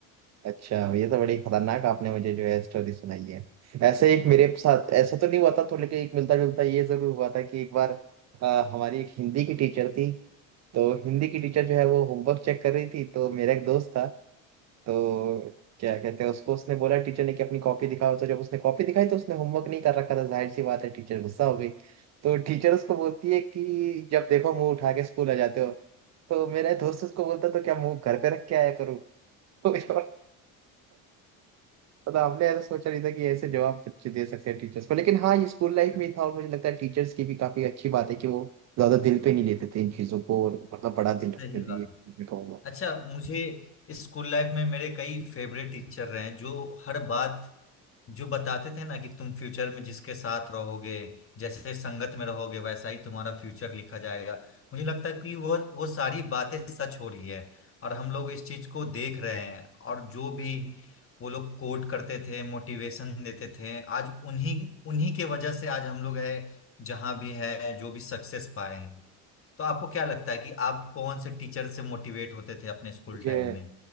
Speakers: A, on the right; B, on the left.
A: अच्छा ये तो बड़ी खतरनाक आपने मुझे जो है स्टोरी सुनाई है ऐसे एक मेरे साथ ऐसा तो नहीं हुआ था थोड़ा लेकिन एक मिलता जुलता ये जरूर हुआ था कि एक बार अ, हमारी एक हिंदी की टीचर थी तो हिंदी की टीचर जो है वो होमवर्क चेक कर रही थी तो मेरा एक दोस्त था तो क्या कहते हैं उसको उसने बोला टीचर ने कि अपनी कॉपी दिखाओ तो जब उसने कॉपी दिखाई तो उसने होमवर्क नहीं कर रखा था जाहिर सी बात है टीचर गुस्सा हो गई तो टीचर उसको बोलती है कि जब देखो मुंह उठा के स्कूल आ जाते हो तो मेरा दोस्त उसको बोलता तो क्या मुंह घर पे रख के आया करूँ <laughs> मतलब मतलब हमने ऐसा सोचा नहीं था कि ऐसे जवाब बच्चे दे सकते हैं टीचर्स को लेकिन हाँ ये स्कूल लाइफ
B: सही
A: में ही था और मुझे लगता है टीचर्स की भी काफी अच्छी बात है कि वो ज्यादा दिल पे नहीं लेते थे इन चीजों को और मतलब बड़ा दिल रखते
B: बात
A: थे ये
B: है।
A: मैं कहूंगा
B: अच्छा मुझे स्कूल लाइफ में मेरे कई फेवरेट टीचर रहे हैं जो हर बात जो बताते थे ना कि तुम फ्यूचर में जिसके साथ रहोगे जैसे संगत में रहोगे वैसा ही तुम्हारा फ्यूचर लिखा जाएगा मुझे लगता है कि वो वो सारी बातें सच हो रही है और हम लोग इस चीज को देख रहे हैं और जो भी वो लोग कोट करते थे मोटिवेशन देते थे आज उन्हीं उन्हीं के वजह से आज हम लोग है जहां भी है जो भी सक्सेस पाए हैं तो आपको क्या लगता है कि आप कौन से टीचर से मोटिवेट होते थे अपने स्कूल
A: मुझे
B: टाइम में